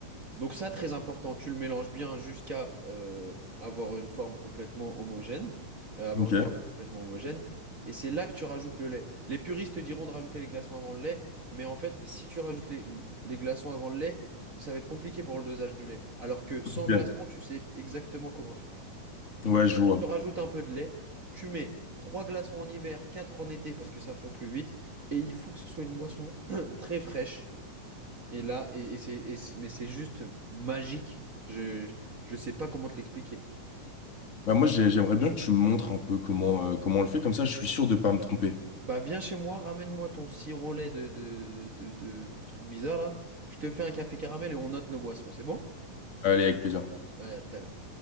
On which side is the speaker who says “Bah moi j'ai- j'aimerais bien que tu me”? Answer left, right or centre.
Left